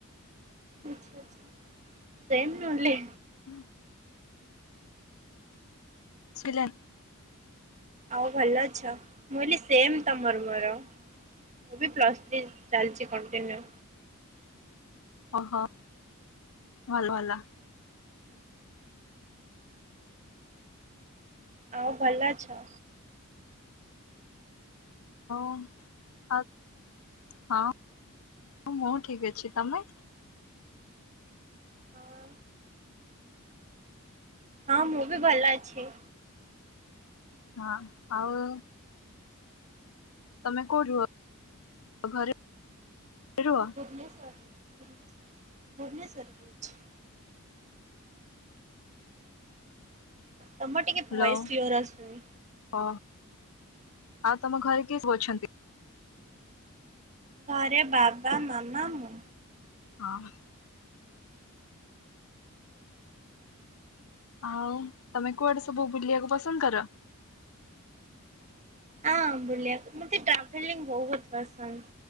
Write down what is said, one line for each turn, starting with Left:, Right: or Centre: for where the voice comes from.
Right: ଆଛା ଆଛା ସେମ ନ ହେଲେ
Left: ହୁଁ। ଶୁଭିଲା।
Right: ଆଉ ଭଲ ଅଛ ମୁଁ ହିଲୀ ସେମ ତମର ମୋର ମୁଁ ବି ପ୍ଲସ୍ ଥ୍ରୀ। ଚାଲିଛି କଣ୍ଟିନ୍ୟୁ।
Left: ଓହୋ ଭଲ ହେଲା।
Right: ଆଉ ଭଲ ଅଛ।
Left: <unintelligible> ହଁ ମୁଁ ଠିକ ଅଛି ତମେ।
Right: ହଁ। ହଁ ମୁଁ ବି ଭଲ ଅଛି।
Left: ହଁ ଆଉ ତମ କୋଉଠି ରୁହ ଘରେ ରୁହ।
Right: ଭୁବନେଶ୍ୱର ରେ ରହୁଚି ଭୁବନେଶ୍ୱର ରେ ରହୁଚି। ତମର ଟିକେ
Left: ହ୍ୟାଲୋ
Right: ଭଏସ୍ କ୍ଳିଅର ଆସୁନି।
Left: ଓ ଆଉ ତମ ଘରେ କିଏ ସବୁ ଅଛନ୍ତି।
Right: ଘରେ ବାବା ମାମା ମୁଁ।
Left: ହଁ। ଆଉ ତମେ କୁଆଡେ ସବୁ ବୁଲିବାକୁ ପସନ୍ଦ କର।
Right: ହଁ ବୁଲିବା କୁ ମତେ ଟ୍ରାଭେଲି ବହୁତ ପସନ୍ଦ